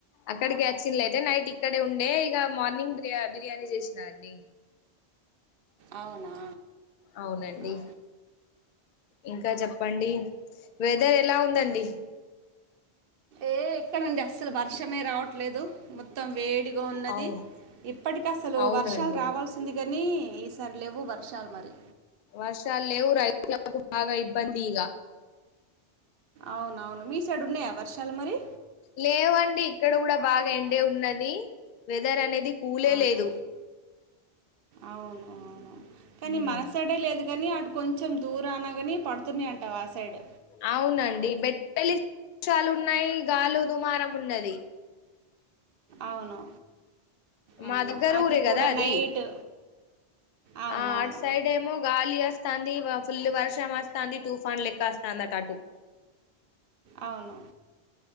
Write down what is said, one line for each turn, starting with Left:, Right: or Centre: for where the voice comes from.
Left: అక్కడికచ్చిలయితే నైట్ ఇక్కడే ఉండే ఇగ మార్నింగ్ బిర్యా బిర్యానీ చేసినా అండి
Right: అవునా
Left: అవునండి
Right: ఆహా.
Left: ఇంకా చెప్పండి వె దరెలా ఉందండి
Right: ఏ ఎక్కడండి అస్సలు వర్షమే రావట్లేదు మొత్తం వేడి ఉన్నది
Left: అవును
Right: ఇప్పటికి అసలు
Left: అవునండి
Right: వర్షాలు రావాల్సింది కాని ఈసారి లెవ్వు వర్షాలు మరి
Left: వర్షాలు లేవు రైతులకు బాగా ఇబ్బందిగా
Right: అవునవును మీ సైడ్ ఉన్నాయా వర్షాలు మరి
Left: లేవండి ఇక్కడ కూడా బాగా ఎండే ఉన్నది వెదర్ అనేది కూలే
Right: అవునా
Left: లేదు
Right: అవును అవును కానీ
Left: ఉమ్
Right: మన సైడే లేదు కానీ అటు కొంచెం దూరనగాని పడుతున్నాయంట ఆ సైడ్
Left: అవునండి బెట్టలిషాలు ఉన్నాయి గాలు దుమారం ఉన్నది
Right: అవును అవును
Left: మా దగ్గర
Right: అది
Left: ఊరే
Right: కూడా
Left: కదా అది
Right: నైట్ అవునవును
Left: ఆ అటు సైడ్ ఏమో గాలి వస్తాంది ఫుల్ వర్ష్ వర్షం వస్తంది తూఫాను లెక్క అస్తందట అటు
Right: అవును